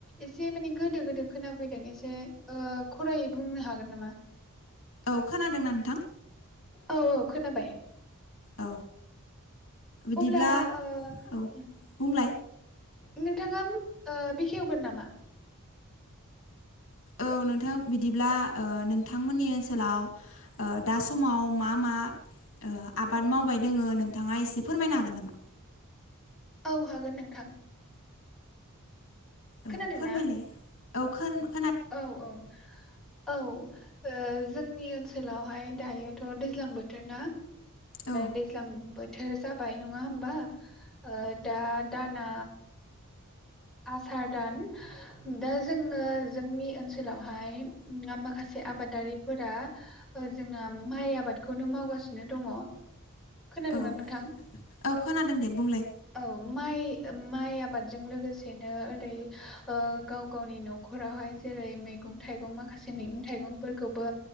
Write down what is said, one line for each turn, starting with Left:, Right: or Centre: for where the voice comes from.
Centre: एसे माने गोदो गोदो खोनाफैदों एसे ओ ओ खरायै बुंनो हागोन नामा?
Left: औ खोनादोंना नोंथां
Centre: औ औ खोनाबाय
Left: औ बिदिब्ला
Centre: अब्ला ओ
Left: औ
Centre: उम
Left: बुंलाय
Centre: नोंथाङा उम ओ बेखेवगोन नामा? <inaudible>
Left: औ नोंथां बिदिब्ला ओ नोंथांमोननि ओनसोलाव दा समाव मा मा ओ आबाद मावबाय दोङो नोंथाङा एसे फोरमायनो हागोन नामा
Centre: औ हागोन नोंथां
Left: औ
Centre: खोनादोंना
Left: फोरमायलाय औ खोन
Centre: औ औ औ ओ जो जोंनि ओनसोलावहाय दायोथ दैज्लां बोथोर ना
Left: औ
Centre: दैज्लां बोथोर बोथोर जाबाय नङा होमबा ओ दा दाना आसार दान दा जोङो जोंनि ओनसोलावहाय माखासे आबादारिफोरा जोंना माइ आबाद आबादखौनो मावगासिनो दङ खोनादोंमोन
Left: औ
Centre: नोंथां
Left: औ खोनादों दे बुंलाय
Centre: औ माइ माइ आबादजों लोगोसेनो ओरै ओ गाव गावनि नख नखरावहाय जेरै मैगं थाइगं माखासे मैगं थाइगंफोरखौबो